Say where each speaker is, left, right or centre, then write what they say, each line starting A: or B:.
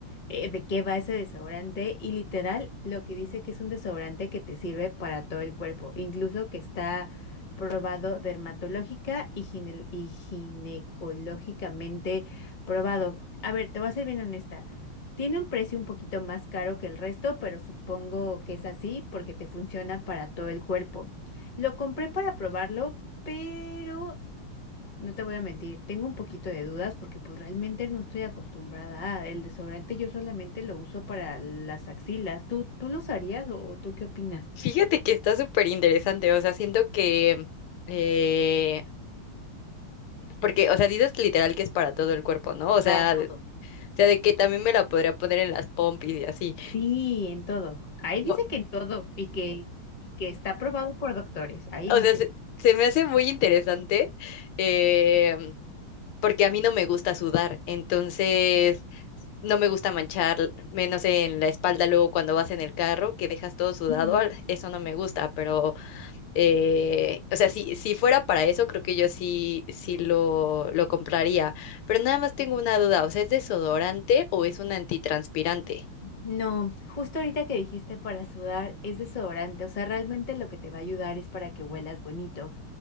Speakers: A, on the left; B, on the left.
A: eh, de qué va ese desodorante y literal lo que dice que es un desodorante que te sirve para todo el cuerpo, incluso que está probado dermatológica y, gine- y ginecológicamente probado. A ver, te voy a ser bien honesta. Tiene un precio un poquito más caro que el resto, pero supongo que es así porque te funciona para todo el cuerpo. Lo compré para probarlo, pero no te voy a mentir, tengo un poquito de dudas porque pues realmente no estoy acostumbrada a el desodorante, yo solamente lo uso para las axilas. ¿Tú, tú lo usarías o, o tú qué opinas?
B: Fíjate que está súper interesante, o sea, siento que... eh, Porque, o sea, dices literal que es para todo el cuerpo, ¿no? O sea,
A: Para todo.
B: de, o sea, de que también me la podría poner en las pompis y así.
A: Sí, en todo. Ahí dice
B: O,
A: que en todo y que, y que está aprobado por doctores. Ahí
B: o
A: dice.
B: sea, se, se me hace muy interesante eh, porque a mí no me gusta sudar, entonces no me gusta manchar, menos en la espalda luego cuando vas en el carro, que dejas todo sudado,
A: Ujú.
B: al- eso no me gusta, pero, eh, o sea, si, si fuera para eso, creo que yo sí, sí lo, lo compraría, pero nada más tengo una duda, o sea, ¿es desodorante o es un antitranspirante?
A: No, justo ahorita que dijiste para sudar es desodorante, o sea, realmente lo que te va a ayudar es para que huelas bonito.